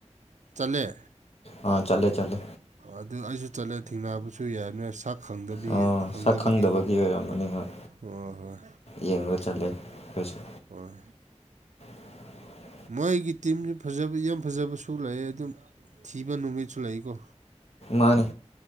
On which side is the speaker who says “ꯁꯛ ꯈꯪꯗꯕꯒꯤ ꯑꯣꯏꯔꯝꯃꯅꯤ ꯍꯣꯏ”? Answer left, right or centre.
Left